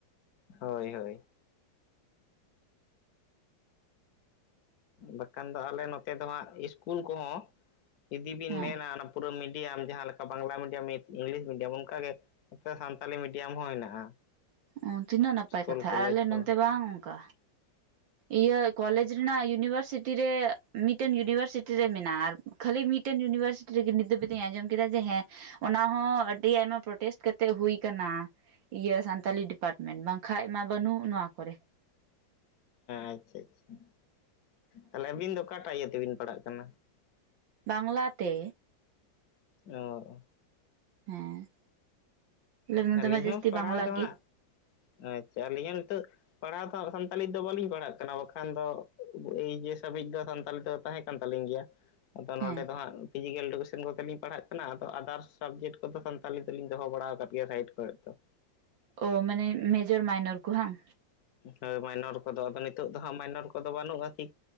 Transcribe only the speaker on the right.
ᱦᱮᱸ
ᱚ ᱛᱤᱱᱟᱹᱜ ᱱᱟᱯᱟᱭ
ᱠᱟᱛᱷᱟ
ᱟᱨ ᱟᱞᱮ ᱱᱚᱱᱛᱮ
ᱵᱟᱝ ᱚᱱᱠᱟ ᱤᱭᱟᱹ ᱠᱚᱞᱮᱡᱽ ᱨᱮᱱᱟᱜ ᱤᱭᱩᱱᱤᱵᱷᱟᱨᱥᱤᱴᱤ ᱨᱮ ᱢᱤᱫᱴᱮᱱ ᱤᱭᱩᱱᱤᱵᱷᱟᱨᱥᱤᱴᱤ ᱨᱮ ᱟᱨ ᱠᱷᱹᱟᱞᱤ ᱢᱤᱫᱴᱮᱱ ᱤᱭᱩᱱᱤᱵᱷᱟᱨᱥᱤᱴᱤ ᱱᱤᱫ ᱫᱚ ᱟᱸᱡᱚᱢ ᱠᱮᱫᱟ ᱡᱮ ᱦᱮᱸ ᱚᱱᱟᱦᱚ ᱟᱹᱰᱤ ᱟᱭᱢᱟ ᱯᱨᱚᱴᱮᱥᱴ ᱠᱟᱛᱮᱜ ᱦᱩᱭ ᱟᱠᱟᱱᱟ ᱤᱭᱟᱹ ᱥᱟᱱ ᱥᱟᱱᱛᱟᱞᱤ ᱰᱤᱯᱟᱨᱴᱢᱮᱱᱴ ᱵᱟᱝᱠᱷᱟᱭ ᱢᱟ ᱵᱟᱹᱱᱩᱜ ᱱᱚᱣᱟ ᱠᱚᱨᱮᱜ᱾
ᱵᱟᱝᱞᱟᱛᱮ᱾
ᱦᱮᱸ ᱞᱟ.
ᱭ ᱫᱟᱵᱤᱱ ᱡᱟᱹᱥᱛᱤ
ᱵᱟᱝᱞᱟ
ᱜᱮ᱾
ᱦᱮᱸ
ᱳ ᱢᱟᱱᱮ ᱢᱮᱡᱚᱨ ᱢᱟᱭᱱᱚᱨ ᱠᱚ ᱦᱟᱝ